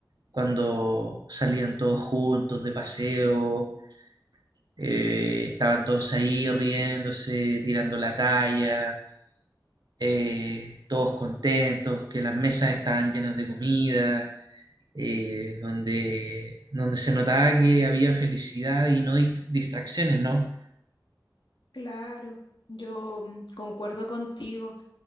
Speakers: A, on the right; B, on the left.
A: cuando salían todos juntos de paseo, eh, estaban todos ahí riéndose, tirando la talla. eh, todos contentos, que las mesas estaban llenas de comida, eh, donde, donde se notaba que había felicidad y no dist- distracciones, ¿no?
B: Claro, yo mm, concuerdo contigo.